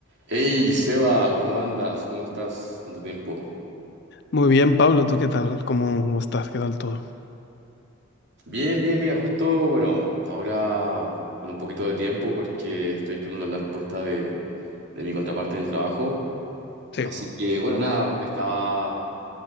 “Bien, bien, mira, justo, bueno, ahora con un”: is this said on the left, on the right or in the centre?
Right